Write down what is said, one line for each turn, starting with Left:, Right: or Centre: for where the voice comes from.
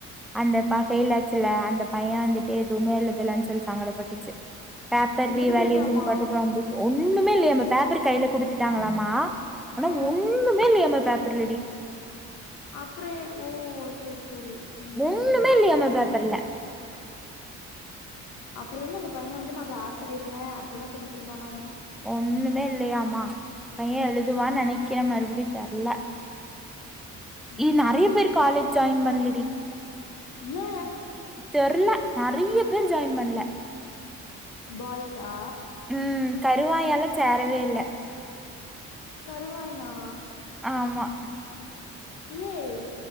Centre: அந்த
Left: ம்
Centre: ப ஃபெயில் ஆச்சுல்ல அந்த பைய வந்துட்டு
Left: ஆ
Centre: எதுவுமே எழுதலன்னு சொல்லி சாங்கட பட் டுச்சு பேப்பர் ரீவேல்யேஷன்
Left: எழுதலையாமா
Centre: போட்டது வந்துச்சு ஒண்ணுமே இல்லையாம பேப்பர் கையில குடுத்துட்டாங்களாமா ஆனா
Left: ஆ
Centre: ஒண்ணுமே இல்லையாம பேப்பர்லடி
Left: அப்புறோ ஓ செரி செரி ம்
Centre: ஒண்ணுமே இல்லயாமா பேப் இப்பெல்ல
Left: அப்பறென்ன அந்த பைய வந்து நம்ம பாசு பொயிருவே அப்பட்ல்லா சொல்லிட் ருந்தானாமா
Centre: ஒண்ணுமே இல்லையாமா பைய எழுதுவா
Left: ம்
Centre: நென க்கிற மறுபடியு தெர்ல இது
Left: ம்
Centre: நறைய பேர் காலேஜ் ஜாயின் பண்லடி
Left: ஏ
Centre: தெர்ல நெறைய பேர் ஜாயின் பண்ல
Left: பாய்ஸ்ஸா
Centre: உம் கருவாயல்லா சேரவே இல்ல
Left: கருவாயனா
Centre: ஆமா
Left: ஏய்